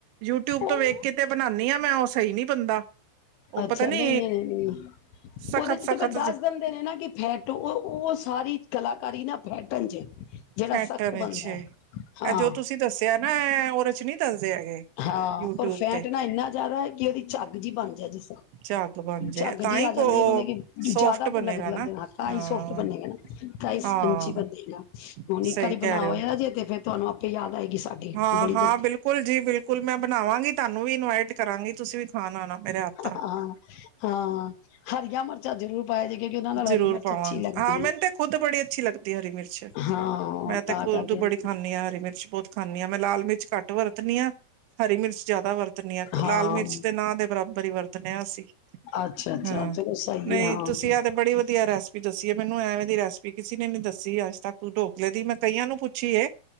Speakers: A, on the right (about 75°); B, on the left (about 75°).
A: ਯੂਟਿਊਬ ਤੋਂ
B: ਉਹ
A: ਵੇਖ ਕੇ ਤੇ ਬਣਾਉਦੀ ਹਾਂ ਮੈਂ ਉਹ ਸਹੀ ਨੀ ਬਣਦਾ ਉਹ
B: ਅੱਛਾ
A: ਪਤਾ ਨੀ
B: ਨਹੀਂ ਨਹੀਂ ਨਹੀਂ ਨਹੀਂ
A: ਸਖਤ
B: ਉਹਦੇ ਚ
A: ਸਖਤ
B: ਤੇ ਫਿਰ ਦੱਸ ਦਿਨ ਨੇ ਨਾ ਕਿ ਫੈਟ ਉਹ ਸਾਰੀ ਕਲਾਕਾਰੀ ਨਾ ਫੈਟਨ ਚ ਜਿਹੜਾ
A: ਖੈਟਣ
B: ਸਖਤ
A: ਵਿੱਚ
B: ਬੰਣਦਾ
A: ਇਹ
B: ਹੈ।
A: ਜੋ ਤੁਸੀਂ ਦੱਸਿਆ ਨਾ ਉਹਦੇ ਚ ਨਹੀਂ ਦੱਸਦੇ ਹੈਗੇ
B: ਹਾਂ
A: ਯੂਟਿਊਬ
B: ਰ ਫੈਂਟਣਾ
A: ਤੇ
B: ਇੰਨਾ ਜ਼ਿਆਦਾ ਹੈ ਕਿ ਉਹਦੀ ਝੱਗ ਜਿ ਬਣ ਜਾ ਜਿਸ
A: ਝੱਗ ਬਣ ਜੇ
B: ਝੱਗ
A: ਤਾਂ
B: ਜਿਹੀ
A: ਹੀ
B: ਆ ਜਾਂਦੀ
A: ਉਹ
B: ਹੈ ਮਤਲਬ ਕਿ
A: ਸੋਫਟ
B: ਜਿਆਦਾ
A: ਬਣੇਗਾ
B: ਲੱਗ
A: ਨਾ
B: ਲੱਗਦੇ ਹੱ ਤਾਂ
A: ਹਾਂ
B: ਹੀ ਸੋਫਟ ਬੰਨੇ ਗ ਨਾ ਇਨੀ ਸਪਾਈਸੀ
A: ਹਾਂ
B: ਹੀ ਬਣਦੀ ਹੁਣ
A: ਸਹੀ
B: ਇੱਕ ਵਾਰੀ
A: ਕਹਿ
B: ਬਣਾ
A: ਰਹੇ
B: ਹੋਇਆ
A: ਹੋ
B: ਜੇ ਤੇ ਫਿਰ ਤੁਹਾਨੂੰ ਆਪੇ ਯਾਦ ਆਏਗੀ ਸਾਡੀ
A: ਹਾਂ
B: ਬੜੀ
A: ਹਾਂ
B: ਜ਼ਿਆਦਾ
A: ਬਿਲਕੁਲ ਜੀ ਬਿਲਕੁਲ ਮੈਂ ਬਣਾਵਾਂਗੀ ਤੁਹਾਨੂੰ ਵੀ ਇਨਵਾਈਟ ਕਰਾਂਗੀ ਤੁਸੀਂ ਵੀ ਖਾਣ ਆਉਣਾ ਮੇਰ ਹੱਥ ਦਾ।
B: ਹਾਂ ਹਾਂ ਹਰੀਆਂ ਮਿਰਚਾਂ ਜ਼ਰੂਰ ਪਾਇਆ ਜੇ ਕਿਉਂਕਿ ਉਹਨਾਂ ਨਾਲ ਹਰੀ
A: ਜ਼ਰੂਰ
B: ਮਿਰਚ
A: ਪਾਵਾਂਗਾ
B: ਅੱਛੀ ਲੱਗਦੀ
A: ਹਾਂ ਮੈਨੂੰ
B: ਹੈ
A: ਤੇ ਖੁੱਦ ਬੜੀ ਅੱਛੀ ਲੱਗਦੀ ਹਰੀ ਮਿਰਚ
B: ਹਾਂ
A: ਮੈਂ
B: ਤਾਂ
A: ਤੇ ਖਦ
B: ਕਰਕੇ
A: ਬੀ ਖਾਂਦੀ ਹਰੀ ਮਿਰਚ ਬਹੁਤ ਖਾਂਦੀ ਮੈਂ ਲਾਲ ਮਿਰਚ ਘੱਟ ਵਰਤਣੀ ਹਾਂ ਅਤੇ ਹਰੀ ਮਿਰਚ ਜਿਆਦਾ ਵਰਤਣੀ ਆ
B: ਹਾਂ
A: ਲਾਲ ਮਿਰਚ ਦੇ ਨਾਂ ਦੇ ਬਰਾਬਰ ਹੀ ਵਰਟਦੇ ਹਾਂ ਅਸੀ
B: ਅੱਛਾ ਅੱਛਾ
A: ਹਾਂ
B: ਚਲੋ ਸਹੀ
A: ਨਹੀਂ
B: ਹੈ ਹਾਂ
A: ਤੁਸੀਂ ਆ ਤੇ ਬੜੀ ਵਧੀਆ ਰੈਸਪੀ ਵੀ ਦੱਸੀਏ ਮੈਨੂੰ ਐਵੇਂ ਦੀ ਰੈਸਪੀ ਕਿਸੇ ਨੇ ਵੀ ਨੀ ਦਸੀ ਅੱਜ ਤੱਕ ਢੋਕਲੇ ਦੀ ਮੈਂ ਕਈਆਂ ਨੂੰ ਪੁੱਛੀ ਏ